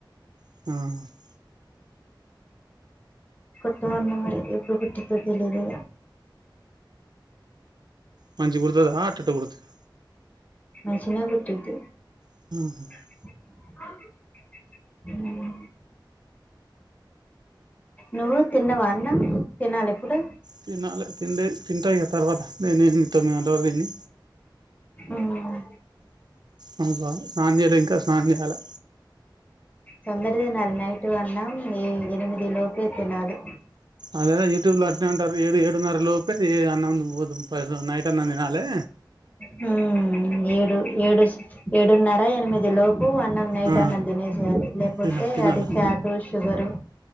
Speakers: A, on the right; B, on the left.
A: మ్
B: కొత్త వాళ్ళకి మరి ఎప్పుడు కుట్టిద్దో తెలియదు.
A: మంచిగా కుడుతాదా, అట్టట కుడుతాదా?
B: మంచిగనే కుట్టుది
A: <inaudible>
B: ఆ నువ్వు తిన్నవా అన్న? తినాలి ఇప్పుడు.
A: తినాలి. తిన్లే తింట ఇగ తర్వాత తొమ్మిది గంటల వరకు తిని
B: ఉమ్
A: వస్తా స్నానం చేయలే ఇంకా స్నానం చేయలి.
B: తొందర తినాలి నైట్ అన్నం ఏడు, ఎనిమిది లోపే తినాలి.
A: అదే యూట్యూబ్ లో అట్ న్నే అంటారు ఏడు ఏడున్నర లోపే అన్నం నైట్ అన్నం తినాలె.
B: హా ఏడు ఏడు ఏడున్నార ఎనిమిది లోపు అన్నం నైట్
A: ఆ
B: అన్నం తినేసేయాలి లేకపోతే
A: తిన తినాలి
B: అది ఫ్యాట్ షుగరు